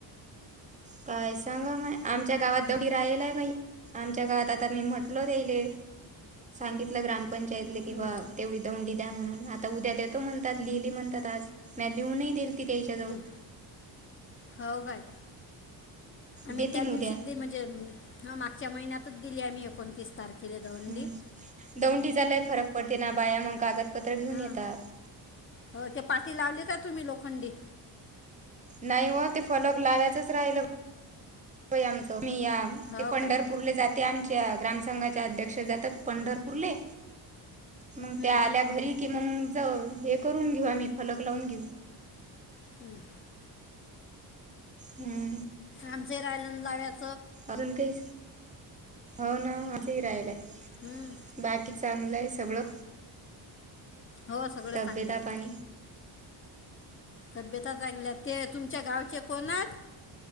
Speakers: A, on the right; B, on the left.
A: काय सांगा मग आमच्या गावात दडी राहिलय बाई आमच्या गावात. आता मी म्हटल त्याले सांगितलं ग्रामपंचायतले किंवा
B: हं,
A: तेवढी दौंडी. ्या म्हणून आता उद्या द्या तो म्हणात लिहिली म्हणतातज म लिहूनहीे. तिरच्यातव.
B: हं. हो काय आम्ही
A: देतीन
B: त्या दिवशी
A: उद्या
B: म्हणजे मागच्या महिन्यातच दिली आम्ही एकोणतीस. तारखेला दवंडी
A: हम्म दौंडीचालाय फरक पडते ना बाया मग कागद. पत्र घेऊन
B: हां
A: येतात.
B: हो ते पाठी लावली का तुम्ही लोखंडी
A: नाही व ते फलक लावयचच राहिलं आमचं. मी या
B: हो
A: ते पंढरपूरले
B: काय
A: जाते आमच्या. च्या ग्रामसंघाच्या अध्यक्ष जातात पंढरपूरले. मग
B: हं.
A: त्या आल्या घरी कि मग हे करून घेऊ आम्ही फलक लावून घेऊ.
B: हम्म.
A: हम्म.
B: आम ज राहिल्यांद जाव्यात.
A: अजून काही हो ना माझंही राहिलाय.
B: हं.
A: बाकी चांगलंय सगळं.
B: हो सगळं
A: तब्येता
B: चांगलं आहे.
A: पाणी
B: तब्यता चांगल्या ते तुमच्या गावचे कोणात.